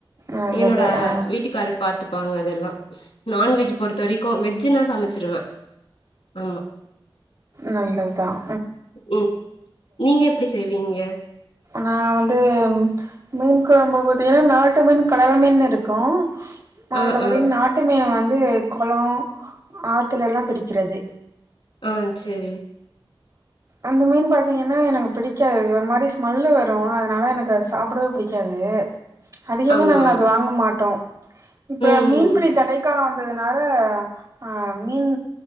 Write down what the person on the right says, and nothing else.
நல்லது
ஆ
நல்லதான்
நா வந்து மீன் குழம்பு பாத்தீங்கன்னா நாட்டு மீன் கடல் மீன் இருக்கும் அதுல
பாத்தீங்கன
நாட்டு மீன் வந்து கொளொம் ஆத்துலாம் பிடிக்கிறது
அந்த மீன் பாத்தீங்கன்னா எனக்கு பிடிக்காது ஒரு மாரி ஸ்மெல்லு வரும் அதனால எனக்கு சாப்டவே புடிக்காது அதிகமா
நாங்க அது வாங்க மாட்டோம் இப்ப
மீன்பிடி
தடைக்க காலம் வந்ததுனால அ மீன்